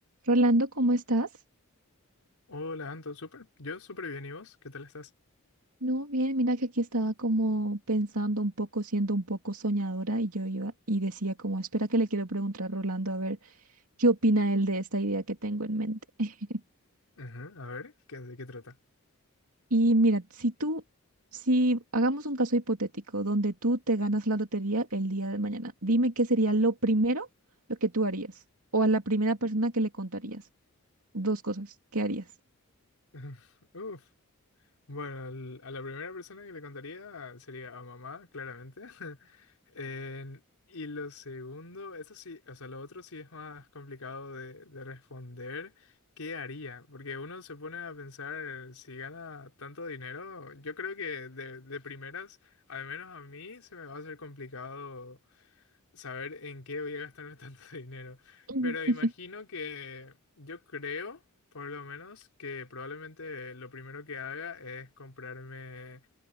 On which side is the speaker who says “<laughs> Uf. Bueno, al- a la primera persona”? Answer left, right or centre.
Left